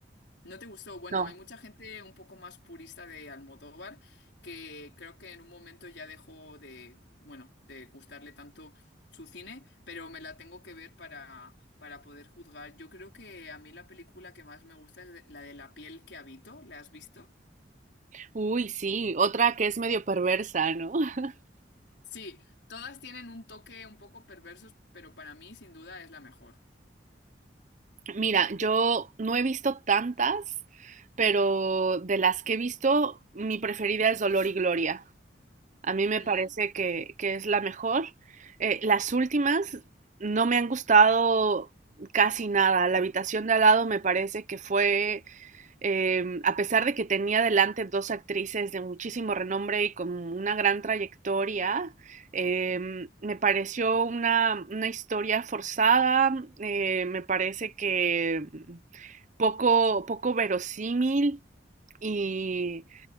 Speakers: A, on the left; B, on the right.
A: ¿No te gustó? Bueno,
B: No.
A: hay mucha gente un poco más purista de Almodóvar que creo que en un momento ya dejó de, bueno, de gustarle tanto su cine, pero me la tengo que ver para, para poder juzgar. Yo creo que a mí la película que más me gusta es de- la de La piel que habito. ¿La has visto?
B: Uy, sí, otra que es medio perversa, ¿no? <laughs>
A: Sí, todas tienen un toque un poco perversos, pero para mí sin duda es la mejor.
B: Mira, yo no he visto tantas, pero de las que he visto, mi preferida es Dolor y Gloria. A mí me
A: Mm,
B: parece que, que es la mejor. Eh, las últimas no me han gustado casi nada. La habitación de al lado me parece que fue eh, a pesar de que tenía delante dos actrices de muchísimo renombre y con una gran trayectoria, eh, me pareció una, una historia forzada, eh, me parece que poco, poco verosímil y